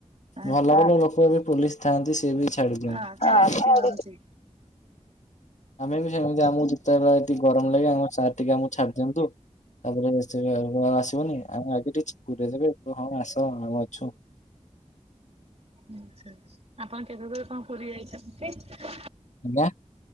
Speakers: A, on the right (about 60°); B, on the left (about 75°).
A: ହଁ
B: ଭଲ ଭଲ ଲୋକ ବି ପୋଲିସ୍ ଥାଆନ୍ତି ସେ ବି ଛାଡି
A: ହଁ
B: ଦିଅନ୍ତି।
A: ଛାଡି ଦିଅନ୍ତି।
B: ଆମେ ବି ସେମତି ଆମକୁ ଯେତେବେଳେ ଟିକେ ଗରମ ଲାଗେ ସାର୍ ଟିକେ ଆମକୁ ଛାଡ଼ିଦିଅନ୍ତୁ। ତାପରେ ସେ ଆସିବନି ଆମେ ଆଗ ଟିକ ପୁରରେ ଦେବେ ହଁ ଆସ ଆମେ ଅଛୁ।
A: ଆଛା, ଆପଣ କେବେ କେବେ କଣ ପୁରୀ ଯାଇଛନ୍ତି?
B: ଆଞ୍ଜା।